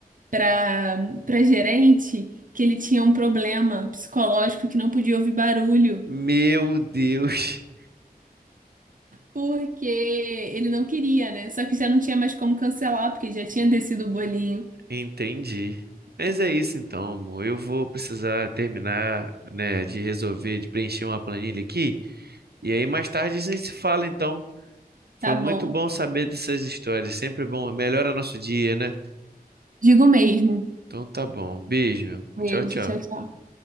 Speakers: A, on the right; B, on the right.
A: para para gerente que ele tinha um problema psicológico que não podia ouvir barulho.
B: Meu Deus.
A: Porque ele não queria, né? Só que já não tinha mais como cancelar, porque já tinha descido o bolinho.
B: <laughs> Entendi. Mas é isso então, amor. Eu vou precisar terminar, né, de resolver, de preencher uma planilha aqui. E aí mais tarde a gente se fala, então.
A: Tá
B: Foi muito
A: bom.
B: bom saber dessas histórias. Sempre bom. Melhora nosso dia, né?
A: Digo mesmo.
B: Então tá bom. Beijo, meu. amor.
A: Beijo,
B: Tchau, tchau.
A: tchau, tchau.